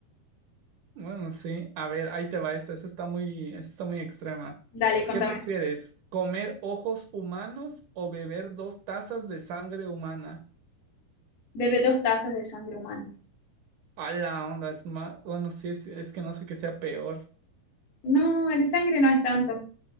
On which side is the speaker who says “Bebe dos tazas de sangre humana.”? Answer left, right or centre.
Left